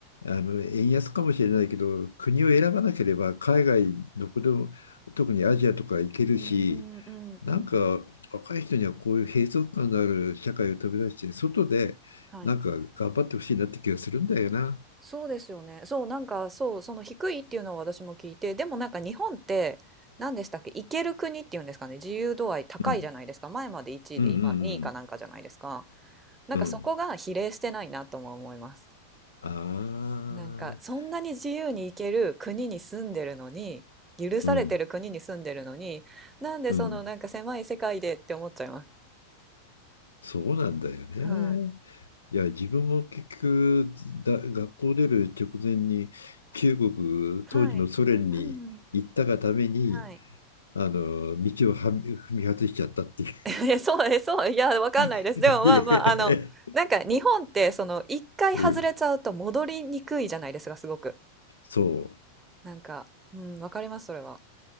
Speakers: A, on the left; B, on the right.
A: あの円安かもしれないけど、国を選ばなければ海外どこでも、特にアジアとか行けるし、
B: うんうんうんうん。
A: なんか若い人にはこういう閉塞感のある社会を飛び出して、外でなんか頑張ってほしいなって気がするんだよな。
B: はい。そうですよね。そう、なんか、そう、その低いっていうのを私も聞いて、でもなんか日本って、何でしたっけ、行ける国っていうんですかね、自由度合い高いじゃないですか。
A: うん。
B: 前まで1位で、
A: うんう
B: 今2位かなんかじゃないですか。
A: ん
B: なんかそこが比例してないなとも思います。
A: うん。うん。ああ、
B: なんかそんなに自由に行ける国に住んでるのに許されてる国に住んでるのになんでそのなんか狭い世界でって思っちゃいます。
A: うん、うん。そうなんだよね。
B: はい。
A: いや、自分も結局、だ、学校出る直前に、旧国、
B: はい。
A: 当時のソ連に行ったがために、
B: うんうんうん。はい。
A: あの、道をはみ踏み外しちゃったっていう。
B: <laughs> え、そう、え、そう、いや、わかんないです。
A: <laughs>
B: でもまあまあ、
A: いえ
B: あの、なんか日本ってその一回外れちゃうと戻りにくいじゃないですか、
A: うん、
B: すごく。
A: そう。
B: なんか、うん、わかります、それは。